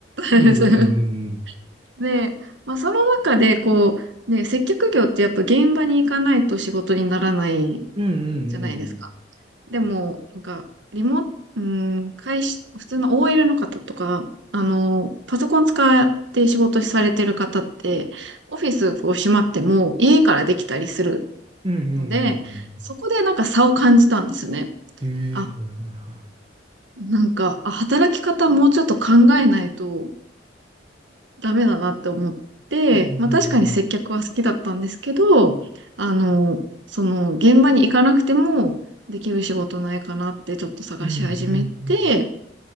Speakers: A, on the right (about 80°); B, on the right (about 30°).
A: たんです。
B: うんうんうんうん。
A: <laughs> で、まあ、その中でこう、ね、接客業ってやっぱ現場に行かないと仕事にならない
B: うんうんうんうん。
A: じゃないですか。でも、なんか、リモ、うん、会社、普通の OL の方とか、あの、パソコン使って仕事されてる方って、オフィスこう閉まっても家からできたりする
B: うんうんうん
A: ので、そこでなんか差を感じたんですよね。
B: うん。
A: あ、
B: ええはいはいはい。
A: なんか、あ、働き方もうちょっと考えないとダメだなって思って、
B: うん、
A: まあ確かに接客は好きだったんですけど、
B: うん、うん。
A: あの、その現場に行かなくてもできる仕事ないかなってちょっと探し始めて、
B: うん、うんうん。